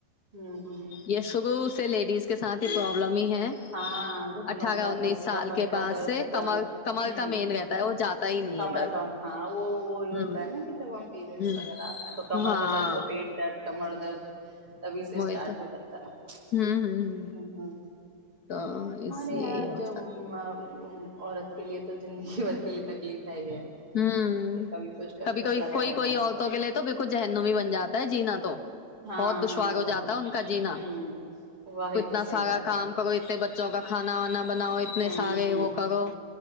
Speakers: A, on the right; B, on the left.
A: ہوں ہوں
B: یہ شروع سے لیڈیز کے سات ہی پرابلمم ہی ہے
A: ہاں گھٹنوں
B: اٹھارہ
A: کا
B: انیس
A: درد
B: سال
A: کمر
B: کے
A: کا
B: بعد
A: درد
B: سے کمر
A: ہاں
B: کمر
A: ہوں
B: کا مین رہتا ہے وہ جاتا ہے ہی نہیں
A: کمر
B: درد
A: کم ہاں وہ وہ یہ
B: ہوں
A: ہوتا ہے نا کہ توب ہم پیریڈس
B: ہ
A: وغیرہ آتا تو کمر
B: ہاں
A: کا درد کو پیٹ درد کا لدرد تبھی سے اسٹارٹ
B: وہی تو
A: ہو جاتا ہے
B: ہوں ہوں تو اس
A: ارے
B: لیے
A: یار
B: یہ ہو
A: ج
B: جاتا
A: عورت کے لیے تو زندگی بھر کے لیے تکلیف ہے ہی ہے
B: ہوں
A: کبھی کچھ
B: کبھی
A: کچھ
B: کبھی
A: لگا
B: کوئی
A: رہتا
B: کوئی
A: ہے
B: عورتوں کے لیے تو بالکل ذہنمی ہی بن جاتا ہے جینا تو
A: ہاں
B: بہت دشوار
A: ہاں
B: ہو
A: وہ
B: جاتا
A: تو
B: ہے ان کا جینا
A: ہوں وہی
B: کو اتنا
A: تو صحیح
B: سارا
A: بات ہے
B: کام کر انے بچوں کا کھانا وانا بن اپنے
A: ہوں
B: سے آگے
A: ہوں
B: وہ کرو